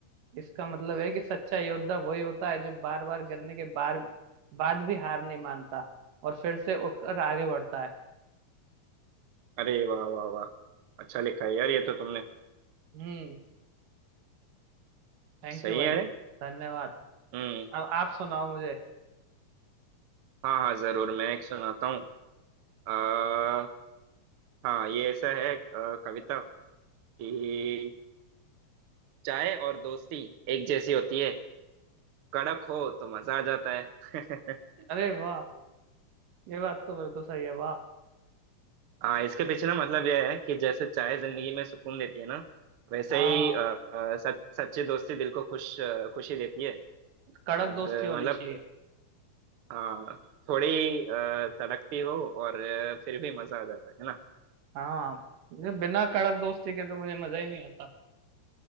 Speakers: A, on the right; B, on the right.
A: इसका मतलब है कि सच्चा योद्धा वही होता है जो बार बार गिरने के बार बाद भी हार नहीं मानता और फिर से उठकर आगे बढ़ता है
B: अरे वाह वाह वाह अच्छा लिखा है यार ये तो तुमने
A: हम्म थैंक
B: सही
A: यू भाई
B: है
A: धन्यवाद
B: हम्म
A: अब आप सुनाओ मुझे
B: हाँ हाँ जरूर मैं एक सुनाता हूँ आ, हाँ ये ऐसा है अ, कविता कि चाय और दोस्ती एक जैसी होती है कड़क हो तो मजा आ जाता है <laughs>
A: अरे वाह ये बात तो बिल्कुल सही है वाह
B: हाँ इसके पीछे ना मतलब यह है कि जैसे चाय जिंदगी में सुकून देती है ना वैसे
A: हाँ
B: ही अ, अ, सच, सच्ची दोस्ती दिल को खुश अ, खुशी देती है
A: कड़क
B: और
A: दोस्ती
B: अ,
A: होनी
B: मतलब
A: चाहिए
B: हाँ थोड़ी अ, तड़कती हो और अ, फिर भी मजा आ जाता है ना
A: हाँ ये बिना कड़क दोस्ती के तो मुझे मजा ही नहीं आता